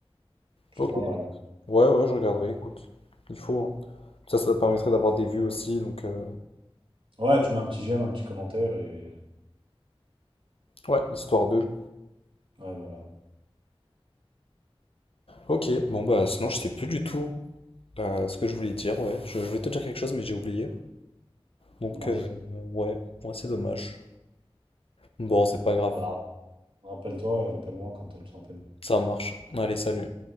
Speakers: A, on the right; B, on the left.
A: C'est
B: Ok.
A: pas mal.
B: Ouais, ouais, je regarderai, écoute. Il faut, hein. Ça, ça permettrait d'avoir des vues aussi, donc euh,
A: Ouais, tu mets un petit j'aime, un petit commentaire et...
B: ouais, histoire d'eux.
A: Ouais, voilà.
B: Ok, bon bah sinon je sais plus du tout euh, ce que je voulais dire, ouais. Je, je voulais te dire quelque chose mais j'ai oublié. Donc
A: Mince.
B: euh, ouais, ouais, c'est dommage. Bon, c'est pas grave,
A: Bah, rappelle-toi et rappelle-moi quand tu te rappelles.
B: ça marche. Allez, salut.